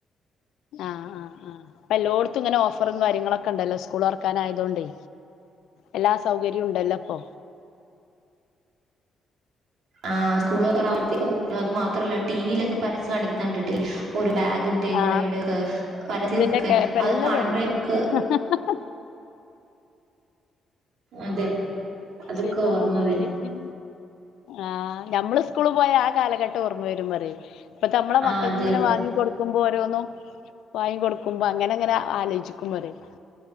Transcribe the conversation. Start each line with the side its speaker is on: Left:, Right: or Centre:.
Left: ആഹ് ആഹ് ആഹ് എല്ലോടത്തും ഇങ്ങനെ ഓഫറും കാര്യങ്ങളൊക്കെ ഉണ്ടല്ലോ സ്കൂള് തുറക്കാൻ ആയതോണ്ടെ എല്ലാ സൗകര്യവും ഉണ്ടല്ലോ ഇപ്പോ
Right: ആഹ് സ്കൂള് തുറ ആവുമ്പത്തേക്കും അത് മാത്രമല്ല ടി വി യിലൊക്കെ പരസ്യം കാണിക്കുന്ന കണ്ടിട്ടില്ലേ ഒരു ബാഗി ന്റെയും
Left: ആ
Right: കുടയുടെ ഒക്കെ പരസ്യം
Left: ഇതിന്റെക്കെ
Right: ഒക്കെ
Left: ഇപ്പ
Right: അതൊക്കെ
Left: എല്ലാതും
Right: കാണുമ്പഴേ നമുക്ക്
Left: <inaudible>
Right: അതെ അതൊക്കെ
Left: ശരിയാണ്
Right: ഓർമ്മ
Left: പറഞ്ഞാതിരി
Right: വരും
Left: ആഹ് ഞമ്മള് സ്കൂളിൽ പോയ ആ കാലഘട്ടം ഓർമ്മ വരും പറയയാ ഇപ്പൊ നമ്മളെ
Right: ആ
Left: മക്കൾക്ക്
Right: അതെ
Left: ഇങ്ങനെ
Right: അതെ
Left: വാങ്ങി കൊടു കൊടുക്കുമ്പോ ഓരോന്നും വാങ്ങി കൊടുക്കുമ്പോ അങ്ങനെ അങ്ങനെ ആലോചിക്കും പറയയാ